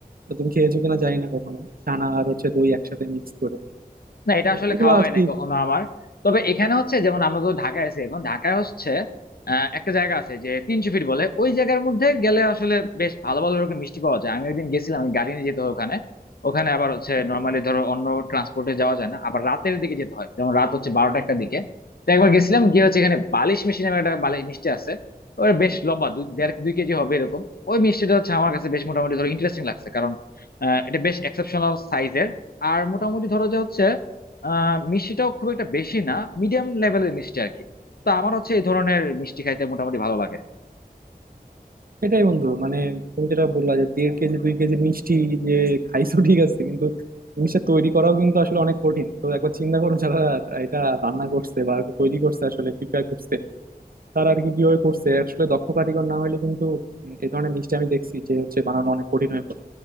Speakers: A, on the right (about 65°); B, on the left (about 70°).
A: তো তুমি খেয়েছো কিনা জানি না কখনো ছানা আর হচ্ছে দই একসাথে মিক্স করে
B: না এটা
A: তো
B: আসলে
A: এগুলো
B: খাওয়া
A: আর
B: হয় নাই
A: কি
B: কখনো আমার তবে এখানে হচ্ছে যেমন আমরা তো ঢাকায় আছি এখন ঢাকায় হচ্ছে আহ, একটা জায়গা আছে যে তিনশো ফিট বলে ওই জায়গার মধ্যে গেলে আসলে বেশ ভালো ভালো রকম মিষ্টি পাওয়া যায় আমি একদিন গেছিলাম আমি গাড়ি নিয়ে যেতে হয় ওখানে ওখানে আবার হচ্ছে নর্মালি ধরো অন্য ট্রান্সপোর্টে যাওয়া যায় না আবার রাতের দিকে যেতে হয় যেমন রাত হচ্ছে বারোটা একটা দিকে তো একবার গেছিলাম গিয়ে হচ্ছে এখানে বালিশ মিষ্টি নামে একটা বালিশ মিষ্টি আছে ওর বেশ লম্বা দুই দেড় দুই কেজি হবে এরকম ওই মিষ্টিটা হচ্ছে আমার কাছে বেশ মোটামুটি ধরো ইন্টারেস্টিং লাগছে কারণ আহ, এটা বেশ এক্সেপশনাল সাইজের আর মোটামুটি ধরো যে হচ্ছে আহ মিষ্টিটাও খুব একটা বেশি না মিডিয়াম লেভেলের মিষ্টি আর কি তো আমার হচ্ছে এই ধরনের মিষ্টি খাইতে মোটামুটি ভালো লাগে
A: সেটাই বন্ধু মানে তুমি যেটা বললা যে দেড় কেজি দুই কেজি মিষ্টি যে খাইছো ঠিক আছে কিন্তু জিনিসটা তৈরি করাও কিন্তু আসলে অনেক কঠিন তো একবার চিন্তা করো যারা এটা রান্না করছে বা তৈরি করছে আসলে প্রিপেয়ার করছে তারা আর কি কিভাবে করছে আসলে দক্ষ কারিগর না হলে কিন্তু উম, এই ধরনের মিষ্টি আমি দেখছি যে হচ্ছে বানানো অনেক কঠিন হয়ে পড়ে